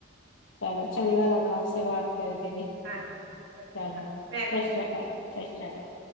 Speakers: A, on the left; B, on the right.
A: ਚਲੋ ਚੰਗਾ ਲਗਾ <inaudible> ਕਰਕੇ ਜੀ ਚਲੋ,
B: ਹਾਂਜੀ ਸਤਿ ਸ਼੍ਰੀ ਅਕਾਲ
A: ਸਤਿ
B: ਜੀ ਮੈਨੂੰ ਵੀ
A: ਸ੍ਰੀ
B: ਠੀਕ
A: ਅਕਾਲ-ਸਤਿ
B: ਹੈ
A: ਸ੍ਰੀ ਅਕਾਲ